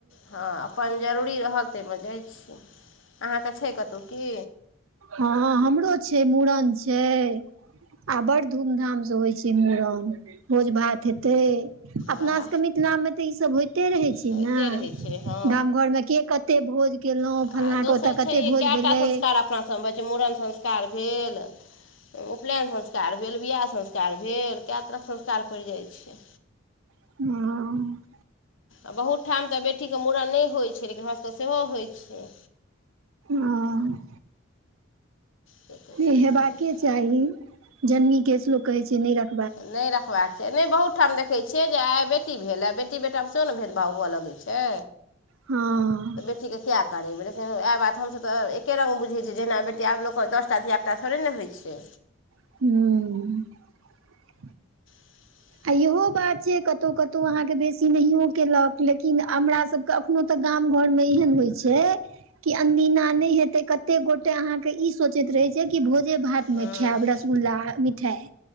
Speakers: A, on the left; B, on the right.
A: हँ अपन जरूरी रहल ताहिमे जाइ छी अहाँके छै कतहु की
B: हँ हमरो छै मुड़न छै आ बड्ड धूम धामसँ होइ छै मुड़न भोज भात हेते अपना
A: वाह
B: सबके मिथिला मे तऽ ई सब होयते के रहै छै
A: होइते
B: ने
A: रहै छै हँ
B: गाम घर मे के कते भोज केलहुँ
A: आ
B: फलना
A: दोसर
B: के ओत कते
A: छै
B: कते भोज
A: कए
B: भेलै
A: टा संस्कार अपना सभमे होइ छै मूड़न संस्कार भेल उपनयन संस्कार भेल विवाह संस्कार भेल कए तरहक संस्कार पड़ि जाइत छै
B: आ
A: आ बहुत ठाम तऽ बेटीके मूड़न नहि होइत छै लेकिन हमरासभके सेहो होइ छै
B: ह
A: से तऽ छैहे
B: इहे बाकै चाही जन्नी केस लोग कहे छै नहि र
A: नहि रखबाक चाही नहि बहुत ओहिठाम देखैत छियै जे आइ बेटी भेल आ बेटी बेटामे सेहो ने भेदभाव हुअ लगैत छै
B: हँ
A: क किया करेबै लेकिन वएह बात हमसभ तऽ एके रंग बुझै छिय जेना बेटी आब लोक दसटा धिया तथरे ने होइ छै
B: हू
A: ह <inaudible>
B: आ इहो बात छै कतौ कतौ अहाँके बेसी नहियो केलक लेकिन हमरा सब कखनो तऽ गाम घर मे एहन होइ छै कि अंदीना नै हेते कते गोटे अहा के इ सोचे रहे छै कि भोजे भात
A: हँ
B: खायब रसगुल्ला मिठाइ